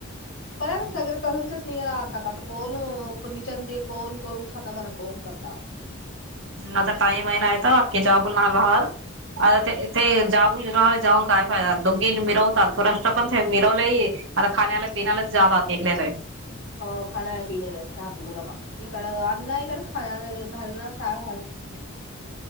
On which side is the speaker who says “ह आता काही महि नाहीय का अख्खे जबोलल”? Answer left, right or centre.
Right